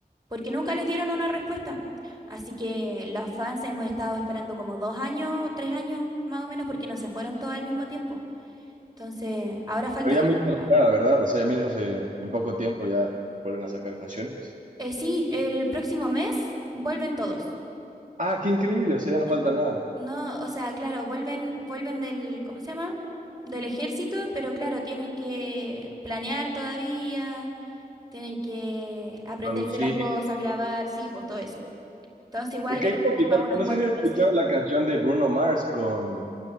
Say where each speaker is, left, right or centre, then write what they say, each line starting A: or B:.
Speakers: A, on the right; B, on the right.
A: porque nunca les dieron una respuesta. Así que los fans hemos estado esperando como dos años, tres años más o menos, porque no se fueron todos al mismo tiempo. Entonces, ahora falta
B: Pero
A: que...
B: ya mismo se
A: ah,
B: acaba, ¿verdad? O sea, ya mismo se, en poco tiempo ya vuelven a sacar canciones.
A: eh, sí, el próximo mes vuelven todos.
B: Ah, qué increíble, o sea, ya no
A: En-
B: falta nada.
A: No, o sea, claro, vuelven, vuelven del, ¿cómo se llama? Del ejército, pero claro, tienen que planear todavía. Tienen que aprenderse
B: Producir.
A: las cosas, grabar, sí, pues todo eso. Entonces, igual
B: Y K-pop
A: yo creo que va unos
B: no
A: cuatro
B: sé si has escuchado
A: meses.
B: la canción de Bruno Mars con